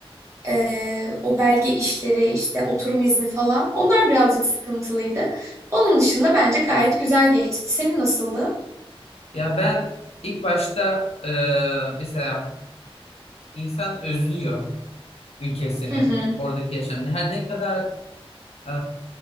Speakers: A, on the right; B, on the left.
A: e, o belge işleri işte oturum izni falan onlar birazcık sıkıntılıydı. Onun dışında bence gayet güzel geçti. Senin nasıldı?
B: Ya ben ilk başta e, mesela insan özlüyor ülkesini,
A: Hı hı.
B: oradaki yaşamını. Her ne kadar Ee,